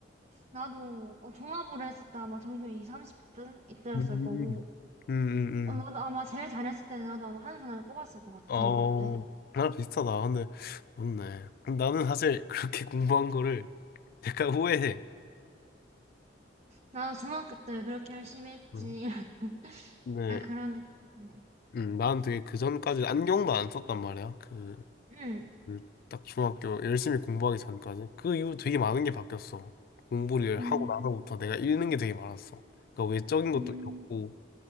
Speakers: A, on the right; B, on the left.
A: 나도 어, 종합으로 했을 때 아마 정규어 20, 30등 이때였을
B: 음,
A: 거고
B: 음, 음, 음.
A: 어, 나도 아마 제일 잘했을 때는 나도 아마 한손 안에 꼽았을 것 같아,
B: 어,
A: 중학교 때는.
B: 나랑 비슷하다. 근데, 맞네. 나는 사실 <laughs> 그렇게 공부한 거를 약간 후회해.
A: 나도 중학교 때 그렇게 열심히 했지.
B: 음.
A: <laughs>
B: 근데,
A: 약간 그런 느낌이네.
B: 음, 나는 되게 그 전까지 안경도 안 썼단 말이야. 그,
A: 응,
B: 음, 딱 중학교 열심히 공부하기 전까지 그 이후 되게 많은 게 바뀌었어. 공부를
A: 음,
B: 하고 나서부터 내가 잃는 게 되게 많았어. 그러니까 외적인 것도
A: 음,
B: 잃었고